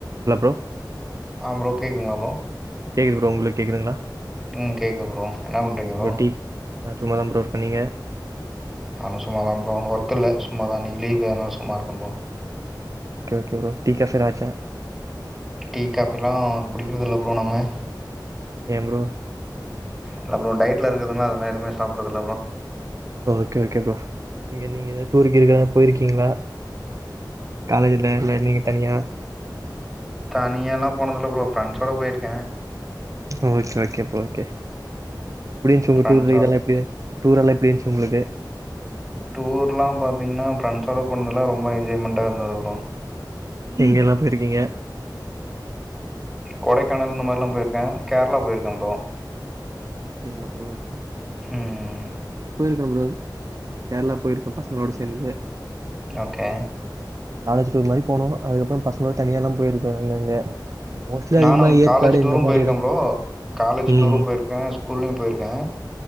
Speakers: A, on the right; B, in the centre.
A: Hello bro
B: ஆ bro கேகுதுங்ளா bro
A: கேக்குது ப்ரோ உங்களுக்குகேக்குதுங்ளா
B: உம் கேக்குது ப்ரோ என்ன பண்றீங்க ப்ரோ
A: டீ நா சும்மாதா இருக்க ப்ரோ நீங்க
B: நா சும்மாதா ப்ரோ ஒர்க் இல்ல சும்மாதா இன்னக்கு லீவு அதனால சும்மா இருக்கு bro
A: okay okay bro tea காசடா ஆச்சா
B: டீ காபி எல்லா குடிக்கிறது இல்ல ப்ரோ நம்ம
A: ஏ ப்ரோ
B: இல்ல ப்ரோ டயட்ல இருக்குதுனா அதெல்லா எதுமே சாப்றதுல இல்ல ப்ரோ
A: ஓகே ஓகே ப்ரோ இங்க நீங்க ஏத டூருக்கு இருக்கதாது போயிருக்கீங்ளா காலேஜில இல்ல நிங்க தனியா
B: தனியா எல்லா போனதுல ப்ரோ ஃப்ரெண்ட்ஸோட போயிருக்க
A: ஓகே ஓகே ப்ரோ ஓகே எப்டிச்சி உங்க
B: ஃப்ரெண்ட்ஸோட
A: டூர்ல இதெல்லா எப்டி டூர் எல்லா எப்டி இருந்துச்சி உங்களுக்கு
B: டூர்லா பத்தீங்கன்னா ஃப்ரெண்ட்ஸோட போனது எல்லா ரொம்ப என்ஜாய்மெண்ட்டா இருந்தது அப்ரோ
A: எங்கெல்லா பேயிருக்கீங்க
B: கொடைக்கானல் இந்த மாரி எல்லா போயிருக்க கேரளா போயிருக்க அப்ரோ
A: அப்டிங்களா ப்ரோ ஓகே ஓகே
B: ம்
A: ப்ரோ போயிருக்க பாரோ நா கேரளா போயிருக்க பசங்களோடு சேந்து
B: ஓகே
A: காலேஜ் டூர் மாரி போனோ அதுக்கப்றோ பசங்களோட தனியா எல்லா போயிருக்க அங்கங்க மோஸ்ட்லி
B: நானு
A: அதிகமா ஏற்காடு
B: காலேஜ் டூரு
A: இந்த மாரி
B: போயிருக்க
A: எடோ
B: ப்ரோ காலேஜ்
A: ம்
B: டூரு போயிருக்க ஸ்கூல்லியு போயிருக்க